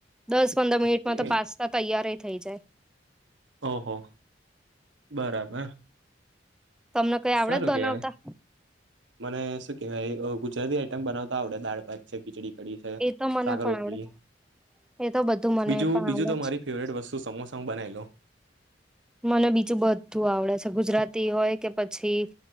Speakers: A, in the centre; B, on the right.
A: દસ પંદર મિનિટમાં
B: છે
A: તો પાસ્તા તૈયાર થઇ જાય
B: ઓહો બરાબર
A: તમને કઈ આવડે
B: સારું
A: જ બનાવતા
B: કેવાય મને શું કેવાય ગુજરાતી આઈટમ બનાવતા આવડે દાળ ભાત છે ખીચડી
A: એ તો મને
B: સાકર
A: પણ
B: રોટલી
A: આવડે એ તો બધું મને
B: બીજું
A: પણ
B: બીજું
A: આવડે
B: તો
A: જ
B: મારી ફેવરેટ વસ્તુ સમોસા બનાવી લઉ
A: મને બીજું બધું આવડે છે ગુજરાતી હોય કે પછી